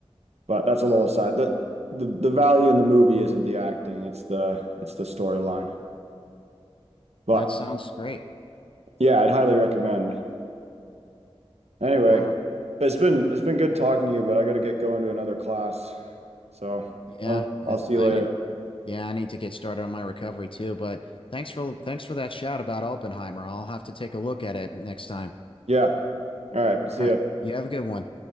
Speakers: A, on the right; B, on the left.
A: But that's a little aside. The the the value in the movie isn't the acting, it's the it's the storyline. But
B: That sounds great.
A: yeah, I'd highly recommend. Anyway,
B: All right.
A: it's been it's been good talking to you, but I got to get going to another class. So,
B: Yeah,
A: uh, I'll
B: I th
A: see you
B: I
A: later.
B: did yeah, I need to get started on my recovery too, but thanks for thanks for that shout about Oppenheimer. I'll have to take a look at it next time.
A: Yeah. All right. See
B: All right.
A: ya.
B: You have a good one.